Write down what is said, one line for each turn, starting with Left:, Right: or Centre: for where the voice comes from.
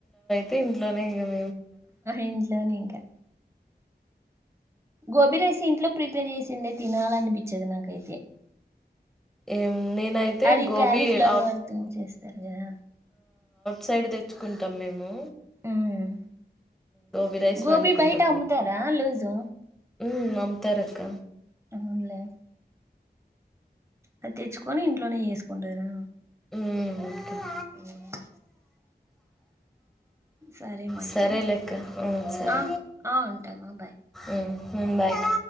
Centre: దీంట్లోనే ఇం
Right: ఇంట్లోనే ఇంకా గోబీ రైస్ ఇంట్లో ప్రిపేర్ చేసిందే తినాలనిపించేది నాకైతే
Centre: ఏమో నేనైతే
Right: అది
Centre: గోబీ
Right: క్యాలీఫ్లవర్
Centre: ఆ
Right: తో చేస్తారు కదా
Centre: సైడ్ తెచ్చుకుంటాం మేము
Right: ఉమ్.
Centre: గోబీ రైస్
Right: గోబీ
Centre: వండుకుంటుందా
Right: బయట అమ్ముతారా లూజు
Centre: ఉమ్ అమ్ముతార్అక్క
Right: అవునులే అది తెచ్చుకొని ఇంట్లోనే చేసుకుంటారా
Centre: ఉమ్
Right: అ సరేమా అయితే
Centre: సరేలేెక్క ఉ సరే
Right: ఆ ఆ ఉంటామా బాయ్
Centre: ఉ ఉమ్ బాయ్ అక్